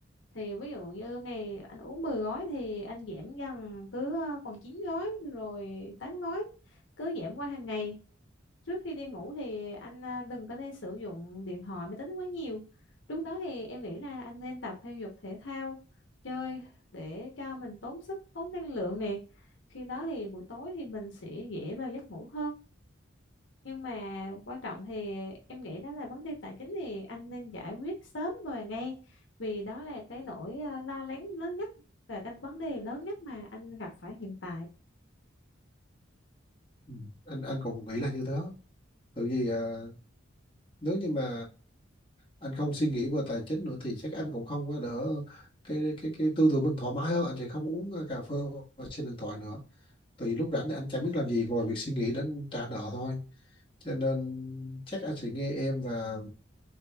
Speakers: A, on the left; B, on the left.
A: thì ví dụ như ngày anh uống 10 gói thì anh giảm dần cứ à, còn 9 gói rồi 8 gói cứ giảm qua hàng ngày trước khi đi ngủ thì anh à, đừng có nên sử dụng điện thoại máy tính quá nhiều lúc đó thì em nghĩ là anh nên tập thể dục thể thao chơi để cho mình tốn sức tốn năng lượng nè khi đó thì buổi tối thì mình sẽ dễ vào giấc ngủ hơn nhưng mà quan trọng thì em nghĩ đó là vấn đề tài chính thì anh nên giải quyết sớm và ngay vì đó là cái nỗi à, lo lắng lớn nhất và cái vấn đề lớn nhất mà anh gặp phải hiện tại
B: Ừ. anh anh cũng nghĩ là như thế tại vì ờ, nếu như mà anh không suy nghĩ về tài chính nữa thì chắc anh cũng không có đỡ cái cái cái tư tưởng mình thoải mái hơn anh sẽ không uống ờ, cà phê và xem điện thoại nữa tại vì lúc rảnh thì anh chẳng biết làm gì ngoài việc suy nghĩ đến trả nợ thôi cho nên chắc anh sẽ nghe em và